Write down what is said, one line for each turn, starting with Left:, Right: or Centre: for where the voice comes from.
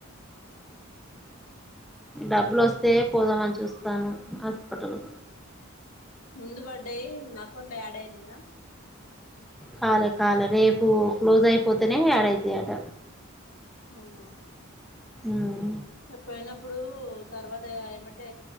Centre: డబ్బులు వస్తే పోదామని చూస్తానా హాస్పిటల్
Left: ముందు పడ్డాయి అకౌంట్లో యాడ్ అయినాయ
Centre: కాలే కాలే రేపు క్లోజ్ అయిపోతేనే ఏడైత అట
Left: అవునా
Centre: ఉమ్
Left: పోయినప్పుడు తర్వాత ఏమంటే